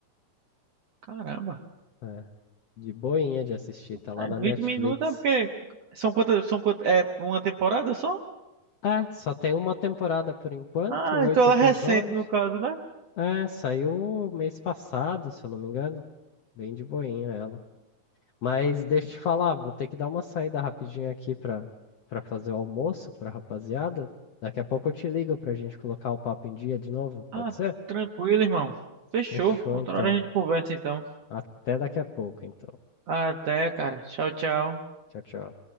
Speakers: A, on the right (about 65°); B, on the left (about 70°).
A: Caramba.
B: É, de boinha de assistir, tá lá
A: Ah,
B: na
A: 20
B: Netflix.
A: minutos é porque. São quantas? São quantas? É uma temporada só?
B: É, só tem uma temporada por enquanto,
A: Ah,
B: oito
A: então ela
B: episódios.
A: é recente no caso, né?
B: É, saiu mês passado, se eu não me engano. Bem de boinha ela. Mas deixa eu te falar, vou ter que dar uma saída rapidinho aqui pra, pra fazer o almoço pra rapaziada. Daqui a pouco eu te ligo pra gente colocar o papo em dia de novo,
A: Ah,
B: pode ser?
A: tranquilo, irmão. Fechou.
B: Fechou
A: Outra
B: então.
A: hora a gente conversa então.
B: Até daqui a pouco, então.
A: Até, cara. Tchau, tchau.
B: Tchau, tchau.